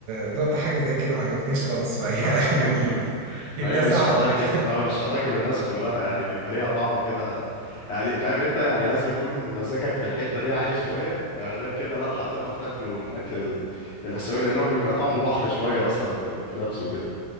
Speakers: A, on the right (about 70°); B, on the left (about 55°).
A: دقت حاجة زي كده ما عجبتنيش خالص فهي
B: ما <laughs>
A: <laughs> يعني هي
B: ما هي مش
A: صعبة
B: هتعجب
A: برضه
B: اه مش هتعجب الناس كلها يعني بيبقى ليها طعم كده يعني فاهم انت يعني لازم يكون مزاجك في الحتة دي عالي شوية آه، غير كده لا هتقرف تاكله الاكل ال- الاسيوي لان هو بيبقى طعمه بحر شوية اصلا في في نفسه كده